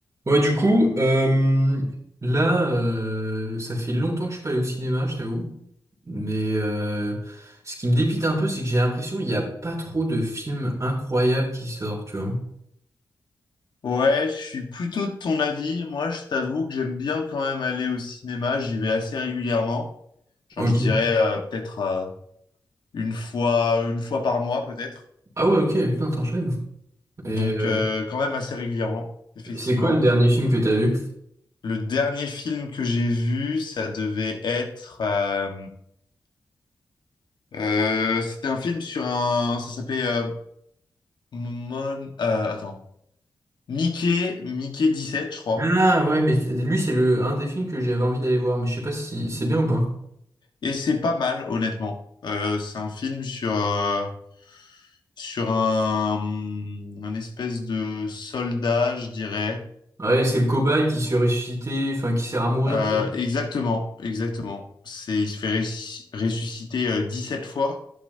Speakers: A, on the right; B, on the left.
A: Ouais, du coup, euh, là, euh, ça fait longtemps que je suis pas allé au cinéma, je t'avoue. Mais euh, ce qui me dépite un peu, c'est que j'ai l'impression qu'il n'y a pas trop de films incroyables qui sortent, tu vois.
B: Ouais, je suis plutôt de ton avis. Moi, je t'avoue que j'aime bien quand même aller au cinéma. J'y vais assez régulièrement. Genre,
A: Ok.
B: je dirais euh, peut-être euh, une fois, une fois par mois, peut-être.
A: Ah ouais, ok, putain, t'enchaînes. Et
B: Donc,
A: euh,
B: euh, quand même assez régulièrement, effectivement.
A: c'est quoi le dernier film que t'as vu?
B: Le dernier film que j'ai vu, ça devait être, euh, euh, c'était un film sur un, ça s'appelait euh, Mon, euh, attends, Mickey, Mickey 17, je crois.
A: Ah ouais, mais t- lui, c'est le un des films que j'avais envie d'aller voir, mais je sais pas si c'est bien ou pas.
B: Et c'est pas mal, honnêtement. Euh, c'est un film sur euh, sur un, un espèce de soldat, je dirais.
A: Ouais, c'est le cobaye qui se ressuscite, enfin, qui sert à mourir,
B: Euh,
A: quoi.
B: exactement, exactement. C'est, il se fait res- ressusciter euh, sept fois,